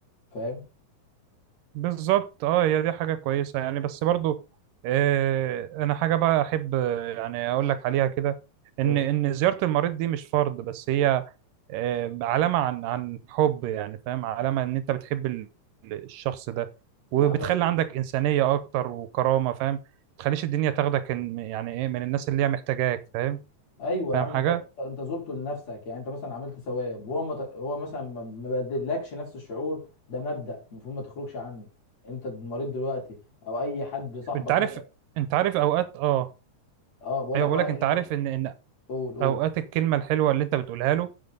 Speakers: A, on the left; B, on the right.
A: فاهم
B: بالظبط اه هي دي حاجة كويسة يعني بس برضو آه انا حاجة بقى احب آه، يعني اقول لك عليها كده ان
A: هو
B: ان زيارة المريض دي مش فرض بس هي آه علامة عن عن حب يعني فاهم علامة ان انت بتحب ال- الشخص ده وبتخلي
A: يا عم
B: عندك إنسانية اكتر وكرامة فاهم ما تخليش الدنيا تاخدك إن- يعني ايه من الناس اللي هي محتاجاك فاهم
A: ايوه
B: فاهم
A: يا عم
B: حاجة
A: انت انت زرته لنفسك يعني انت مثلا عملت ثواب وهو ما هو مثلا ما ما بدلكش نفس الشعور ده مبدأ المفروض ما تخرجش عنه انت مريض دلوقتي او اي حد صاحبك
B: انت عارف
A: مثلا
B: انت عارف اوقات اه
A: اه بقول
B: ايوه
A: لك بقى
B: بقول لك انت
A: اي حد
B: عارف ان ان
A: قول قول
B: اوقات الكلمة الحلوة اللي انت بتقولها له